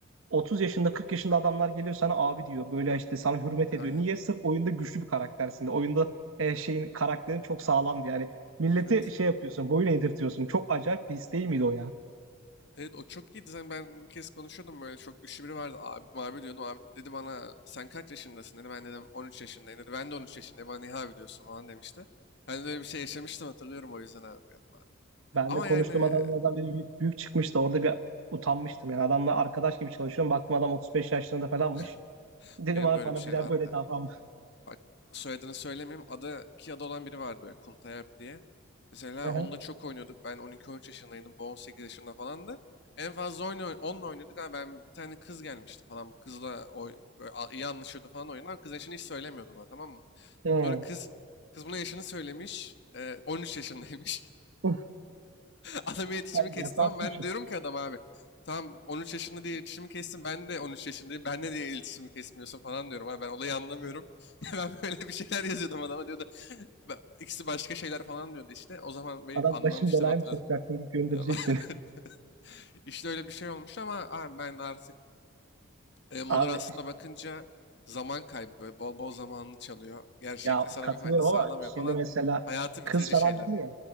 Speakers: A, on the right (about 80°); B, on the left (about 55°).
A: otuz yaşında 40 yaşında adamlar geliyor sana abi diyor. Böyle işte sana hürmet ediyor.
B: Aynen.
A: Niye? Sırf oyunda güçlü bir karaktersin. de. Oyunda e, şeyin karakterin çok sağlamdı yani. Milleti
B: Evet.
A: şey yapıyorsun, boyun eğdirtiyorsun. Çok acayip bir his değil miydi o ya?
B: Evet o çok iyiydi. Zaten ben bir kez konuşuyordum böyle çok güçlü biri vardı. Abi, abi diyordum. Abi dedi bana sen kaç yaşındasın dedi. Ben dedim 13 yaşındayım dedi. Ben de 13 yaşındayım. Bana niye abi diyorsun falan demişti. Ben de öyle bir şey yaşamıştım hatırlıyorum o yüzden abi. Allah.
A: Ben
B: Ama
A: de konuştuğum
B: yani
A: adamlardan biri büyük, büyük çıkmıştı. Orada bir utanmıştım. Yani adamla arkadaş gibi çalışıyorum. Baktım adam 35 yaşlarında falanmış.
B: <laughs>
A: Dedim
B: benim
A: abi
B: de öyle
A: bana
B: bir şey
A: bir daha
B: vardı.
A: böyle davranma.
B: Bak soyadını söylemeyeyim. Adı iki adı olan biri vardı böyle Kuntayalp diye. Mesela
A: <laughs>
B: onunla çok oynuyorduk. Ben 12-13 yaşındaydım. Bu 18 yaşında falandı. En fazla oyunu, onunla oynuyorduk. Abi ben bir tane kız gelmişti falan. Bu kızla oy, böyle a- iyi anlaşıyordu falan oyunlar. Kız yaşını hiç söylemiyordu bana tamam mı?
A: Hı.
B: Sonra kız kız buna yaşını söylemiş. e, 13 yaşındaymış.
A: Uf,
B: Adamın iletişimi
A: Abi
B: kesti
A: yasal
B: tamam
A: suç.
B: mı? Ben diyorum ki adam abi tamam 13 yaşında diye iletişimi kestin ben de 13 yaşındayım ben ne diye iletişimi kesmiyorsun falan diyorum. Abi ben olayı anlamıyorum. <laughs> Ben böyle bir şeyler yazıyordum adama diyordu. "Ben- ikisi başka şeyler falan diyordu işte. O zaman bir
A: Adam
B: anlamıştım
A: başım belaya
B: hatırladım.
A: mı sokacaksın deyip göndereceksin.
B: Ya, <laughs> İşte öyle bir şey olmuş ama abi ben artık e, Molor
A: <laughs> Abi
B: aslında bakınca zaman kaybı böyle bol bol zamanını çalıyor. Gerçekte
A: ya
B: sana
A: katılıyorum
B: bir fayda sağlamıyor
A: ama şimdi
B: falan.
A: mesela
B: Hayatı
A: kız
B: bitirici
A: falan
B: şeyler
A: dedin
B: yani.
A: ya.